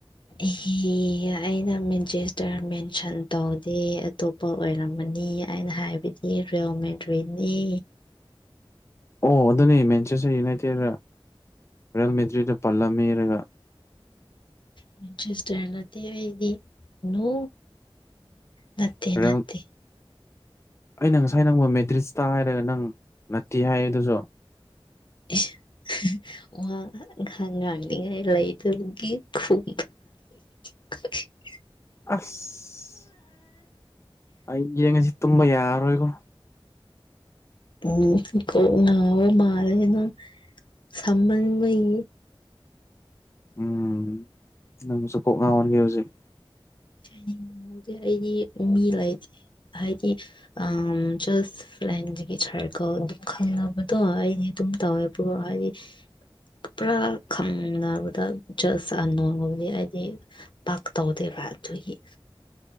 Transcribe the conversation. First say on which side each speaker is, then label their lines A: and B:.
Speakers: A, on the left; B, on the left.
A: ꯑꯩ ꯑꯩꯌ ꯃꯦꯟꯆꯦꯁꯇꯔ ꯃꯦꯟꯁꯟ ꯇꯧꯗꯦ ꯑꯇꯣꯞ ꯄꯣ ꯑꯣꯏꯔꯝꯃꯅꯤ ꯑꯩꯅ ꯍꯥꯏꯕꯗꯤ ꯔꯤꯜ ꯃꯦꯗ꯭ꯔꯤꯅꯤ
B: ꯑꯣ ꯑꯗꯨꯅꯦ ꯃꯦꯟꯆꯦꯁꯆ ꯌꯦꯡꯅꯥꯏꯊꯦꯔꯗ ꯔꯦꯜ ꯃꯦꯇ꯭ꯔꯤꯗ ꯄꯜꯂꯝꯃꯦꯔꯒ
A: ꯃꯤꯟꯆꯤꯁꯇꯔꯅꯗꯤ ꯑꯩꯒꯤ ꯅꯣ ꯅꯠꯇꯦ
B: ꯔꯤꯌꯦꯜ
A: ꯅꯠꯇꯦ
B: ꯑꯩꯅ ꯉꯁꯥꯏ ꯅꯪꯕꯣ ꯃꯦꯗ꯭ꯔꯤꯁꯇ ꯍꯥꯏꯔꯒ ꯅꯪ ꯅꯠꯇꯦ ꯍꯥꯏꯌꯦ ꯑꯗꯨꯁꯨ
A: ꯑꯁ ꯋꯥ ꯉꯥꯡ ꯉꯥꯡꯅꯤꯡꯉꯥꯏ ꯂꯩꯇꯕꯒꯤ ꯈꯨꯝ <unintelligible>
B: ꯑꯁ ꯑꯩ ꯌꯦꯡꯉꯁꯤ ꯇꯨꯝꯕ ꯌꯥꯔꯔꯣꯏꯒꯣ
A: ꯎꯝ ꯀꯣ ꯉꯥꯎꯕ ꯃꯥꯂꯦ ꯅꯪ ꯁꯃꯟꯃꯩꯏ
B: ꯎꯝ ꯅꯪꯕꯨꯁꯨ ꯀꯣꯛ ꯉꯥꯎꯍꯟꯒꯦ ꯍꯣꯖꯤꯛ
A: ꯅꯤꯡꯕꯍꯗꯗꯤ ꯑꯩꯗꯤ ꯃꯤ ꯂꯩꯇꯦ ꯍꯥꯏꯗꯤ ꯑ ꯖꯁ ꯂꯥꯏꯟꯒꯤ ꯁꯔꯀꯣ ꯑꯗꯨꯝ ꯈꯪꯅꯕꯗꯣ ꯑꯩꯗꯤ ꯑꯗꯨꯝ ꯇꯧꯋꯦ ꯄꯨꯔꯣ ꯍꯥꯏꯗꯤ ꯄꯨꯔꯥ ꯈꯪꯅꯕꯗ ꯖꯁ ꯅꯣꯡꯃꯕꯨꯗꯤ ꯍꯥꯏꯗꯤ ꯄꯥꯥꯛ ꯇꯧꯗ ꯔꯕꯥꯏꯌꯦ